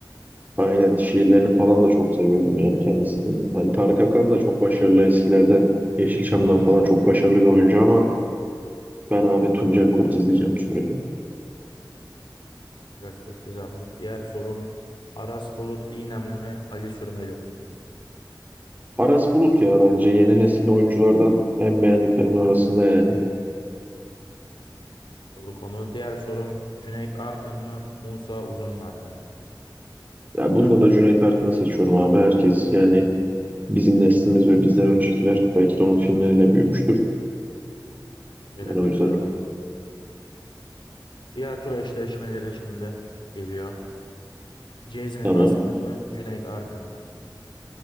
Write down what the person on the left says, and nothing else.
Tuncel Kurtiz aldık. Diğer sorum Aras Bulut İynemli mi Ali Sürmeli mi?
Oldu konu. Diğer sorum Cüneyt Arkın mı Musa Uzunlar mı?
Bence
de katılıyorum.
Diğer tur eşleşmeleri şimdi geliyor. Cezmi
Baskın mı Cüneyt Arkın mı?